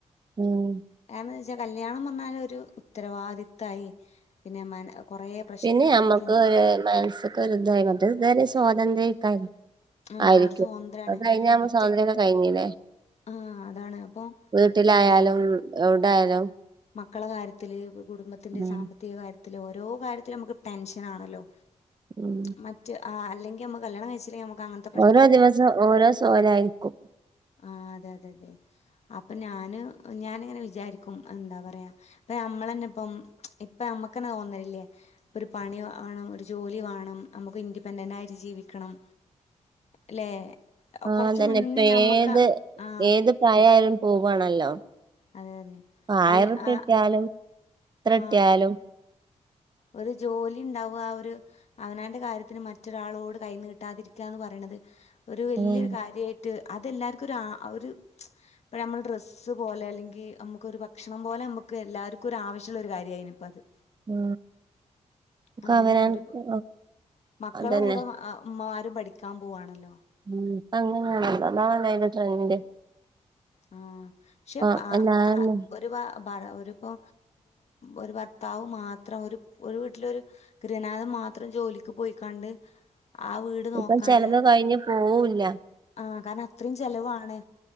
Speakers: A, on the right; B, on the left.
A: ഉം
B: കാരണംന്നു വെച്ചാ കല്യാണം വന്നാൽ ഒരു ഉത്തരവാദിത്തായി പിന്നെ മന കൊറേ പ്രശ്ന
A: പിന്നെ നമ്മക്ക്
B: ചിൻ
A: ഒരു മനസ്സൊക്ക ഒരുതായി മറ്റേ ഇ സ്വാതന്ത്ര്യക്ക
B: ആ
A: ആയിരിക്കും
B: ഒരു സ്വാതന്ത്ര്യമാണ്
A: അത് കഴിഞ്ഞു
B: ഒറ്റ
A: സ്വാതന്ത്ര്യംക്കെ കഴിഞ്ഞില്ലേ
B: ആ അതാണ് അപ്പൊ
A: വീട്ടിലായാലും
B: എന്താ പറയാ
A: എവിടായാലും
B: മക്കളെ കാര്യത്തില് കുടുംബത്തിന്റെ
A: ഉം
B: സാമ്പത്തിക കാര്യത്തില് ഓരോ കാര്യത്തിലും നമുക്ക് ടെൻഷൻ ആണല്ലോ
A: ഉം
B: മറ്റ് അഹ് അല്ലെങ്കി നമ്മ കല്യാണം കഴിച്ചില്ലെങ്കി നമ്മക്ക് അങ്ങനെ
A: ഓരോ ദിവസം ഓരോസോയാൽ ആ യിരിക്കും
B: ആഹ് അതെ അതെ അതെ അപ്പൊ ഞാന് ഞാനങ്ങനെ വിചാരിക്കും എന്താ പറയാ ഇപ്പ നമ്മളന്നെ ഇപ്പം ഇപ്പ നമ്മക്ക്ന്നെ തോന്നലില്ലേ ഒരു പണി വേണം ഒരു ജോലി വേണം നമുക്ക് ഇൻഡിപെൻഡൻറ് ആയിട്ട് ജീവിക്കണം അല്ലേ
A: ആഹ്
B: കുറച്ച്
A: അതന്നെ
B: മുന്നേ
A: ഇപ്പ
B: ഞമ്മക്ക്
A: ഏത്
B: ആഹ്
A: ഏത് പ്രായായാലും പോവാണല്ലോ
B: അതെ അതെ
A: പ്പ ആയിരറുപ്യ
B: അല്ല ആ
A: കിട്ടിയാലും ത്രട്ടിയാലും
B: ആ ഒരു ജോലി ഉണ്ടാവുക ഒരു അവനാന്റെ കാര്യത്തിന് മറ്റൊരാളോട് കൈനീട്ടാതിരിക്കുകന്ന് പറയണത് ഒരു വലിയൊരു
A: അതന്നെ
B: കാര്യമായിട്ട് ട്ട് അതെല്ലർക്കും ഒരു ആ ഒരു ഇപ്പ നമ്മ ഡ്രസ്സ് ഡ്രസ്സ് പോലെ അല്ലെങ്കിൽ നമുക്കൊരു ഭക്ഷണം പോലെ നമുക്ക് എല്ലാവർക്കും ഒരു ആവശ്യുള്ള ഒരു കാര്യമായിരിക്കുന്നു ഇപ്പം അത്
A: ഉം ഒക്കെ
B: അങ്ങനെ
A: അവനാൻക്ക്
B: ഒരു മക്കള
A: അതന്നെ
B: കൂടെ വ ഉമ്മമാരും പഠിക്കാൻ പോവാണല്ലോ
A: ഉം ഇപ്പ അങ്ങനെയാണ അതാണ് അയ്ന്റെ ട്രെൻഡ്
B: ആ പക്ഷെ
A: അപ്പ
B: ആ-
A: ഞാന്
B: ആ- ഒരു പ്പോ ഒരു ഭർത്താവ് മാത്രം ഒരു വീട്ടില് ഒരു ഗൃഹനാഥൻ മാത്രം ജോലിക്ക് പോയിക്കണ്ട് ആ വീട്
A: ഇപ്പൊ
B: നോക്കാൻ
A: ചെലവ് കഴിഞ്ഞ് പോവില്ല
B: ആഹ് കാരണം അത്രയും ചെലവാണ്